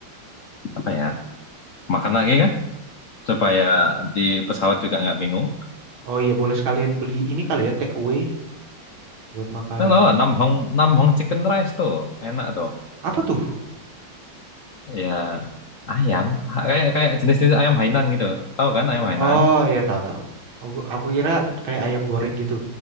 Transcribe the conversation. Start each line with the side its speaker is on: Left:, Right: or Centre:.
Left: apa ya? Makan lagi kah? supaya di pesawat juga nggak bingung.
Right: Oh iya, boleh sekalian beli ini kali ya, take away. Buat makan.
Left: Nah, loh, Nam Hong Nam Hong Chicken Rice tuh enak tuh.
Right: Apa tuh?
Left: Ya ayam kayak kayak jenis-jenis ayam Hainan gitu. Tahu kan ayam Hainan?
Right: Oh iya, tahu-tahu. Aku, aku kira kayak ayam goreng gitu.